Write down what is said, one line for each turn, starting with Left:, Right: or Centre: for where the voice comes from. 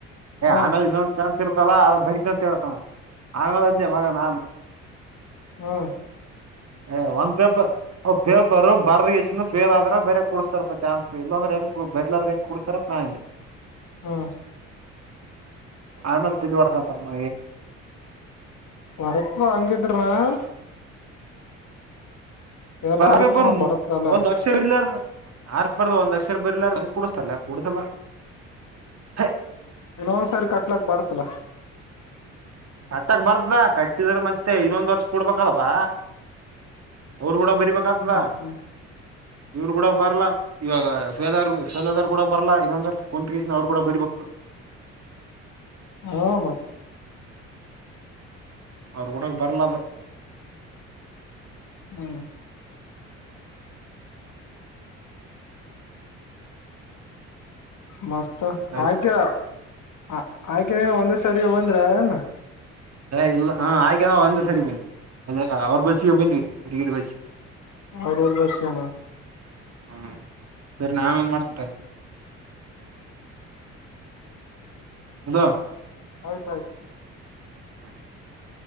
Left: ಹಾ
Right: ಆಮೇಲೆ ಇನ್ನೊಂದ್ ಚಾನ್ಸ್ ಬರ್ತಲ್ಲ ಅ ಬರಿತ ಅಂತ ಹೇಳ್ತಾನ್ ಆಮೇಲೆ ಅಂದೆ ಮಗ ನಾನು
Left: ಹ್ಮ್
Right: ಏ ಒಂದ್ ಪೇಪರ್ ಪೇಪರ್ ಬರ್ದ ಇಷ್ಟ ಫೇಲ್ ಆದ್ರೆ ಬೇರೆ ಕುಡ್ಸ್ತಾರಪ್ಪ ಚಾನ್ಸ್ ಇಲ್ಲಾಂದ್ರೆ ಬರ್ಲಾರ್ದ ಹೆಂಗ ಕುಡಸ್ತಾರೆ ನಾ <unintelligible>
Left: ಹಾ
Right: ಆಮೇನ್ ತೆಳಿವಾಡ್ಕಂತಾರ ಮ್
Left: ವರಸ ವಂಗಿದ್ರನ <unintelligible> ಫೇಲ್ ಆಗ್ಲಿಕ್ರನ
Right: ಪೇಪರ್ ಮೂ
Left: ಬರತ್ತಲ್ಲ
Right: ಒಂದ್ ಅಕ್ಷರ ಇರ್ಲ್ಲಾರ ಆರ್ ಪೇಪರ್ ಲ ಒಂದ್ ಅಕ್ಷರ ಬರ್ಲಾಳರ ಹಂಗ ಕೂಡ್ಸ್ತಾರಲ್ಲ ಕೂಡ್ಸಲ್ಲ ಹೆ
Left: ಇನ್ನೊಂದ್ ಸರಿ ಕಟ್ಲಾಕ್ ಬರ್ಸಲ್ಲ
Right: ಕಟ್ಟಕ್ ಬಾರ್ದಾ ಕಟ್ಟಿದ್ರ ಮತ್ತೆ ಇನ್ನೊಂದು ವರ್ಷ ಕೊಡ್ಬೇಕಲ್ಲಪ್ಪ ಅವ್ರುಗೂಡ ಬರೀ ಬಕತಾ
Left: ಹ್ಮ್ ಹ್ಮ್
Right: ಇವ್ರು ಕೂಡ ಬರಲ್ಲ ಇವಾಗ ಸಫೇದಾರ್ ಸಫೇಲಾದಾರ್ ಕೂಡ ಬರಲ್ಲ ಇ ಇದೊಂದ್ರ ಕುಂತಗೀಸ ಅವ್ರು ಕೂಡ ಬರಬೇಕ <inaudible>
Left: ಹ ಮತ್
Right: ಅವರಾ ಗುಡಕ್ ಬರ್ಲದ
Left: ಹ್ಮ್ ಮಸ್ತ
Right: ಅದು
Left: ಹಾ <unintelligible> ಆ ಆಯ್ಕೆ ನೀನು ಒಂದೇ ಸಾರಿ ಬಂದ್ರನು
Right: ಹ ಇಲ್ಲ ಹಾ ಆಯ್ಗ ಒಂದ್ ಸರಿ ಬಂದಿಂದಇಲ್ಲ ಲ್ಲ ಅವ್ರ ಬಸ್ಸಿಗೆ ಬಂದ್ವಿ <unintelligible> ಹಡಗಿ <unintelligible> ರ ಬಸ್ಸಿಗೆ
Left: ಅವರೂರು ಬಸೇನಾ
Right: ಹ್ಮ ಸರಿ ನನ್ ಆಮೇಲ್ ಮಾಡ್ತೇನ್ ತಗೋ ಹದ
Left: ಆಯ್ತಾಯ್ತು
Right: ಹಾ <inaudible>